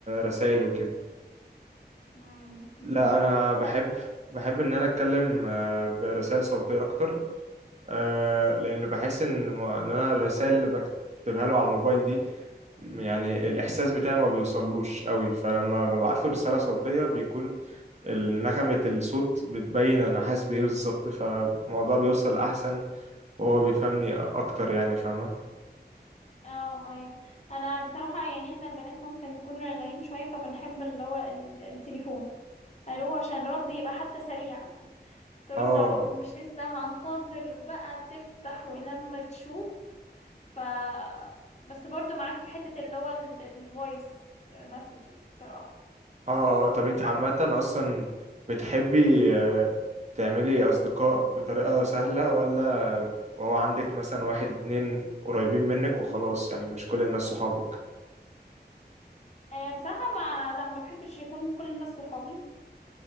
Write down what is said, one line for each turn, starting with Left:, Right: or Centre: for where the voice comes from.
Right: رسائل وكده
Left: مم، مهم.
Right: لا انا
Left: احنا
Right: بحب بحب ان انا اتكلم آه، برسائل صوتيه اكتر آه، لان بحس ان ما... ان انا الرسائل اللي بكتبها له على الموبايل دي م- يعني الاحساس بتاعي ما بيوصلوش قوي فلما ببعت له رساله صوتيه
Left: مم.
Right: بيكون ال- نغمه الصوت بتبين انا حاسس بايه بالظبط فالموضوع بيوصل احسن وهو بيفهمني اكتر يعني فاهمه
Left: اه ايوه انا بصراحة يعني احنا البنات ممكن نكون رايقين شوية فبنحب اللي هو ال- التليفون الو عشان الرد يبقى حتى سريع ترد
Right: اه
Left: على طول مش لسه هنتظر بقى تفتح ولما تشوف ف بس برضو معاك في حتة اللي هو الفويس مسجز بصراحة
Right: اه اه طب انت
Left: آه،
Right: عامة اصلا بتحبي آه، تعملي اصدقاء بطريقة سهلة ولا هو عندك مثلا واحد اتنين قريبين منك وخلاص يعني مش كل الناس صحابك
Left: آه، بصراحة ما لا ما بحبش يكون كل الناس صحابي